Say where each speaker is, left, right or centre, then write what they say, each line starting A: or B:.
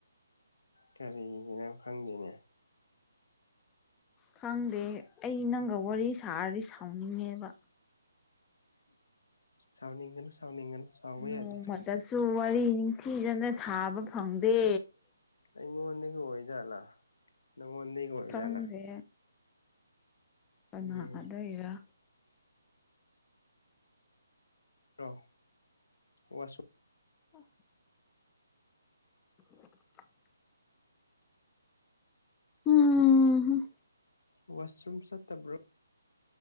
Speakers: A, on the left (about 60°); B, on the left (about 15°).
A: ꯀꯔꯤꯒꯤꯅ ꯈꯪꯗꯦꯅꯦ
B: ꯈꯪꯗꯦ ꯑꯩ ꯅꯪꯒ ꯋꯥꯔꯤ ꯁꯥꯔꯗꯤ ꯁꯥꯎꯅꯤꯡꯉꯦꯕ
A: ꯁꯥꯎꯅꯤꯡꯒꯅꯨ ꯁꯥꯎꯅꯤꯡꯒꯅꯨ ꯁꯥꯎꯕ
B: ꯅꯣꯡꯃꯗꯁꯨ
A: ꯌꯥꯗꯦ
B: ꯋꯥꯔꯤ ꯅꯤꯡꯊꯤꯖꯅ ꯁꯥꯕ ꯐꯪꯗꯦ
A: ꯑꯩꯉꯣꯟꯗꯒꯤ ꯑꯣꯔꯤꯖꯥꯠꯂ ꯅꯪꯉꯣꯗꯒꯤ ꯑꯣꯏꯔꯖꯥꯠꯂ
B: ꯈꯪꯗꯦ ꯀꯅꯥ
A: ꯎꯝ
B: ꯑꯗꯩꯔꯥ
A: ꯑꯧ ꯋꯥꯁꯨ
B: ꯑ <inaudible> ꯍꯨꯝ ꯍꯨꯝ
A: ꯋꯥꯁꯔꯨꯝ ꯆꯠꯇꯕ꯭ꯔꯣ